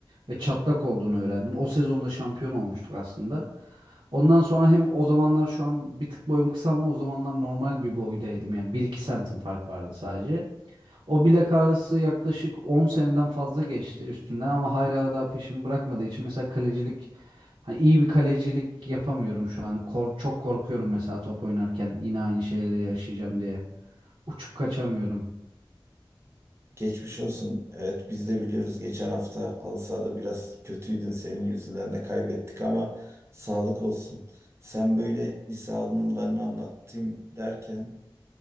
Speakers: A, on the right; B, on the right.
A: ve çatlak olduğunu öğrendim. O sezonda şampiyon olmuştuk aslında. Ondan sonra hem o zamanlar şu an bir tık boyum kısa ama o zamanlar normal bir boydaydım. Yani bir iki santim fark vardı sadece. O bilek ağrısı yaklaşık 10 seneden fazla geçti üstünden ama hala daha peşimi bırakmadığı için mesela kalecilik hani iyi bir kalecilik yapamıyorum şu an. Kork- çok korkuyorum mesela top oynarken yine aynı şeyleri yaşayacağım diye. Uçup kaçamıyorum.
B: Geçmiş olsun. Evet biz de biliyoruz geçen hafta halı sahada biraz kötüydün. Senin yüzünden de kaybettik ama sağlık olsun. Sen böyle lise anılarını anlattım derken